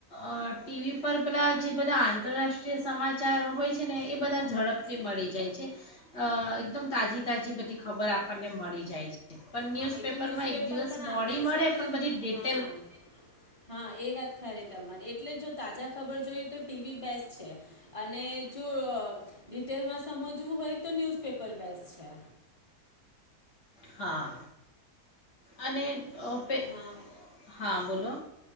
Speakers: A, on the left; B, on the left.
A: અ ટીવી પર પેલા જે બધા આંતરરાષ્ટ્રીય સમાચાર હોય છે ને એ બધા ઝડપથી મળી જાય છે. અ એકદમ તાજી તાજી બધી ખબર આપણને મળી જાય છે. પણ ન્યૂઝપેપર
B: હા એ તો
A: માં એક દિવસ
B: પણ
A: મોડી
B: આપે જ
A: મળે
B: છે પર
A: પણ
B: એ
A: બધી ડેટ
B: હા, હા એ વાત ખરી તમારે. એટલે જો તાજા ખબર જોઈએ તો ટીવી બેસ્ટ છે અને જો ડિટેલમાં સમજવું હોય તો ન્યૂઝપેપર બેસ્ટ છે.
A: હા. અને અ પે
B: હા
A: હા. બોલો.